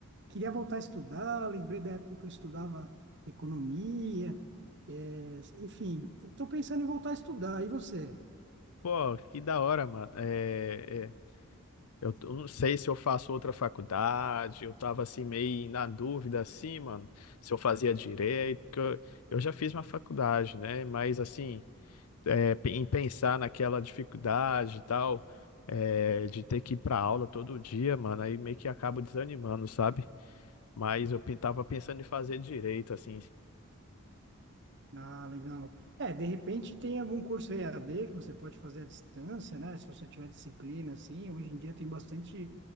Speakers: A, on the right (about 50°); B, on the left (about 80°).
A: queria voltar a estudar. Lembrei da época que eu estudava economia. eh, enfim, estou pensando em voltar a estudar. E você?
B: Pô, que da hora, mano. É, é, eu t- eu não sei se eu faço outra faculdade, eu tava assim meio na dúvida, assim, mano, se eu fazia direito. porque Eu eu já fiz uma faculdade, né? Mas assim, é, pe- em pensar naquela dificuldade e tal, é, de ter que ir pra aula todo dia, mano, aí meio que acabo desanimando, sabe? Mas eu pe- tava pensando em fazer direito, assim.
A: Ah, legal. É, de repente tem algum curso EAD que você pode fazer à distância, né? Se você tiver disciplina, assim. Hoje em dia tem bastante